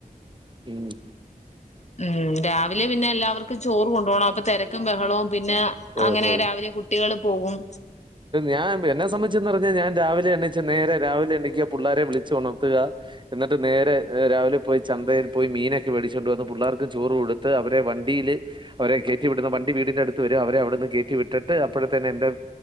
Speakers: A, on the right (about 30°); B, on the left (about 50°).
A: ഉംഹ്
B: ഉംഹ് രാവീ പിന്നെ എല്ലാവർക്കും ചോറു കൊട് പൊണോ അപ്പ തെരക്കും ബഹളേം പിന്നെ അങ്ങനെ
A: ഓഹോ
B: രാവിലെ കുട്ടേള് പോവും.
A: ഞാൻ എന്നെ സംബന്ധിച്ചന്ന് പറഞ്ഞാ ഞാൻ രാവിലെ എണീച്ചു നേരെ രാവിലെ എണീക്കും. പുള്ളേരെ വിളിച്ച് ഉണർത്തുക എന്നിട്ട് നേരെ രാവിലെ പോയി ചന്തയിൽ പോയി മീനൊക്കെ മേടിച്ചുകൊണ്ട് വന്ന് പിള്ളേർക്കും ചോറ് കൊടുത്ത് അവരെ വണ്ടിൽ അവരെ കയറ്റി വിടുന്ന വണ്ടി വീടിന്റെ അടുത്ത് വരാ അവരെ അവിടെന്നു കേറ്റി വിട്ടിട്ട് അപ്പോഴത്തന്നെ എന്റെ